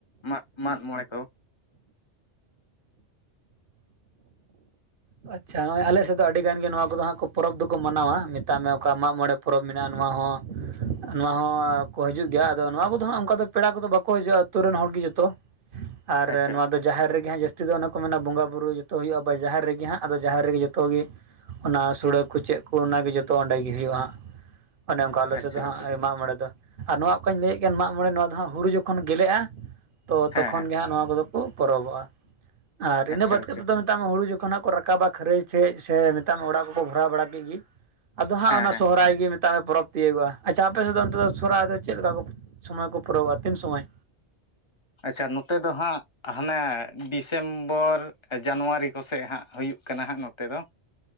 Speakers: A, on the left (about 35°); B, on the right (about 55°).
A: ᱢᱟᱜ, ᱢᱟᱜ ᱢᱚᱬᱮ ᱠᱚ᱾
B: ᱟᱪᱪᱷᱟ ᱱᱚᱜᱼᱚᱭ ᱟᱞᱮ ᱥᱮᱫ ᱫᱚ ᱟᱹᱰᱤ ᱜᱟᱱ ᱜᱮ ᱱᱚᱣᱟ ᱠᱚᱫᱚ ᱦᱟᱸᱜ ᱠᱚ ᱯᱚᱨᱚᱵᱽ ᱫᱚᱠᱚ ᱢᱟᱱᱟᱣᱟ ᱢᱮᱛᱟᱜ ᱢᱮ ᱚᱠᱟ ᱢᱟᱜ ᱢᱚᱬᱮ, ᱯᱚᱨᱚᱵᱽ ᱢᱮᱱᱟᱜᱼᱟ ᱱᱚᱣᱟ ᱦᱚᱸ, ᱱᱚᱣᱟ ᱦᱚᱸ, ᱠᱚ ᱦᱤᱡᱩᱜ ᱜᱮᱭᱟ ᱟᱫᱚ ᱱᱚᱣᱟ ᱠᱚᱫᱚ ᱦᱟᱸᱜ ᱚᱱᱠᱟ ᱫᱚ ᱯᱮᱲᱟ ᱠᱚᱫᱚ ᱵᱟᱠᱚ ᱦᱤᱡᱩᱜᱼᱟ ᱟᱹᱛᱩ ᱨᱮᱱ ᱦᱚᱲ ᱜᱮ ᱡᱚᱛᱚ᱾ ᱟᱨ
A: ᱟᱪᱪᱷᱟ
B: ᱱᱚᱣᱟ ᱫᱚ ᱡᱟᱦᱮᱨ ᱨᱮᱜᱮ ᱦᱟᱸᱜ ᱡᱟᱹᱥᱛᱤ ᱫᱚ ᱚᱱᱮ ᱠᱚ ᱢᱮᱱᱟ ᱵᱚᱸᱜᱟ ᱵᱩᱨᱩ ᱡᱚᱛᱚ ᱦᱩᱭᱩᱜᱼᱟ ᱵᱟ ᱡᱟᱦᱮᱨ ᱨᱮᱜᱮ ᱦᱟᱸᱜ᱾ ᱟᱫᱚ ᱡᱟᱦᱮᱨ ᱨᱮᱜᱮ ᱡᱚᱛᱚ ᱜᱮ ᱚᱱᱟ ᱥᱩᱲᱟ. ᱠᱚ ᱪᱮᱫ ᱠᱚ ᱚᱱᱟᱜᱮ ᱡᱚᱛᱚ ᱚᱸᱰᱮ ᱜᱮ ᱦᱩᱭᱩᱜᱼᱟ ᱦᱟᱸᱜ᱾ ᱚᱱᱮ ᱚᱱᱠᱟ ᱟᱞᱮ
A: ᱟᱪᱪᱷᱟ
B: ᱥᱮᱫ ᱫᱚ ᱢᱟᱜᱽ
A: ᱟᱪᱪᱷᱟ
B: ᱢᱚᱬᱮ ᱫᱚ᱾ ᱟᱨ ᱱᱚᱣᱟ ᱚᱠᱟᱧ ᱞᱟᱹᱭᱮᱫ ᱠᱟᱱ ᱢᱟᱜ ᱢᱚᱬᱮ ᱱᱚᱣᱟ ᱫᱚ ᱦᱟᱸᱜ ᱦᱩᱲᱩ ᱡᱚᱠᱷᱚᱱ ᱜᱮᱞᱮᱜᱼᱟ ᱛᱚ ᱛᱚᱠᱷᱚᱱ
A: ᱦᱮᱸ ᱦᱮᱸ
B: ᱜᱮ ᱦᱟᱸᱜ ᱱᱚᱣᱟ ᱠᱚᱫᱚ, ᱠᱚ ᱯᱚᱨᱚᱵᱚᱜᱼᱟ ᱟᱨ ᱤᱱᱟᱹ
A: ᱟᱪᱪᱷᱟ
B: ᱵᱟᱫ
A: ᱟᱪᱪᱷᱟ
B: ᱠᱟᱛᱮᱫ ᱫᱚ ᱢᱮᱛᱟᱜ ᱢᱮ ᱦᱩᱲᱩ ᱡᱚᱠᱷᱚᱱᱟᱜ ᱠᱚ ᱨᱟᱠᱟᱵ ᱨᱟᱠᱟᱵᱟ ᱠᱷᱟᱹᱨᱟᱹᱭ ᱥᱮᱫ ᱥᱮ ᱢᱮᱛᱟᱜ ᱢᱮ ᱚᱲᱟᱜ ᱠᱚᱠᱚ ᱵᱷᱚᱨᱟᱣ ᱵᱟᱲᱟ ᱠᱮᱫ ᱜᱤ ᱟᱫᱚ ᱦᱟᱸᱜ
A: ᱦᱮᱸ
B: ᱚᱱᱟ
A: ᱦᱮᱸ
B: ᱥᱚᱦᱨᱟᱭ ᱜᱮ ᱢᱮᱛ ᱛᱟᱜᱮ ᱯᱚᱨᱚᱵᱽ ᱛᱤᱭᱟᱹᱜᱚᱜᱼᱟ ᱟᱪᱪᱷᱟ ᱟᱯᱮᱥᱮᱫ ᱫᱚ ᱚᱱᱛᱮ ᱫᱚ ᱥᱚᱨᱦᱟᱭ ᱫᱚ ᱪᱮᱫ ᱞᱮᱠᱟ ᱠᱚ ᱥᱚᱢᱚᱭ ᱯᱚᱨᱚᱵᱚᱜ-ᱟ ᱛᱤᱱ ᱥᱚᱢᱚᱭ?
A: ᱟᱪᱪᱷᱟ ᱱᱚᱛᱮ ᱫᱚ ᱦᱟᱸᱜ, ᱦᱟᱱᱟᱮ ᱰᱤᱥᱮᱢᱵᱚᱨ ᱡᱟᱱᱩᱣᱟᱨᱤ ᱠᱚᱥᱮᱜ ᱦᱟᱸᱜ ᱦᱩᱭᱩᱜ ᱠᱟᱱᱟ ᱦᱟᱸᱜ ᱱᱚᱛᱮ ᱫᱚ᱾